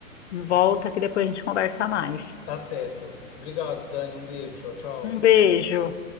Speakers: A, on the left; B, on the left.
A: volta que depois a gente conversa mais.
B: Tá certo. Obrigado, Dani, um beijo. Tchau,
A: Um beijo.
B: tchau.